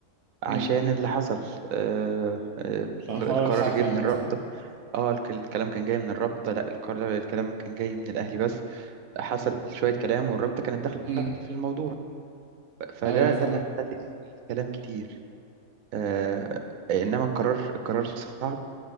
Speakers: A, on the right; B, on the right.
A: عشان
B: امم
A: اللي حصل آه، آه،
B: عشان
A: القرار
B: حوار الحكم
A: جه من الرابطة
B: صح
A: اه الك- الكلام كان جاي من الرابطة لا القرار- الكلام كان جاي من الأهلي بس حصل شوية كلام والرابطة كانت داخلة
B: امم
A: في الموضوع فده
B: ايوه فاهم
A: ده اللي هيخلي الكلام كتير آه إنما القرار القرار صعب